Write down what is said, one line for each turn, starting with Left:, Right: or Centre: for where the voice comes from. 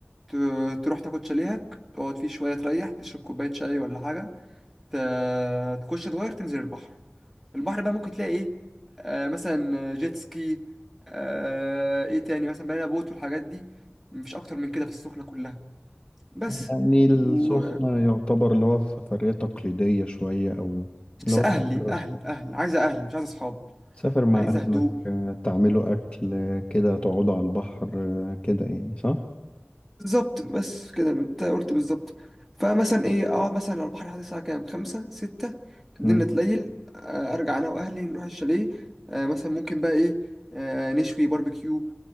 Centre: ت... تروح تاخد شاليهك تقعد فيه شوية تريح تشرب كوباية شاي ولا حاجة ت... تخش تغير تنزل البحر البحر بقى ممكن تلاقي ايه آه مثلا جيت سكي آه ايه تاني مثلا بنانا بوت والحاجات دي مفيش اكتر من كده في السخنة كلها بس
Left: يعني السخنة
Centre: و
Left: يعتبر اللي هو سفرية تقليدية شوية او اللي
Centre: بس
Left: هو
Centre: اهلي
Left: تقدر-
Centre: اهل اهل عايزة اهل مش عايزة اصحاب
Left: تسافر مع
Centre: عايزة
Left: أهلك
Centre: هدوء
Left: آه، تعملوا أكل آه، كده تقعدوا على البحر آه، كده يعني صح؟
Centre: بالظبط بس كده انت قلت بالظبط فمثلا ايه اقعد مثلا على البحر لحد الساعة كام خمسة ستة الدنيا
Left: مم.
Centre: تليل آه ارجع انا واهلي نروح الشاليه آه مثلا ممكن بقى ايه آه نشوي باربيكيو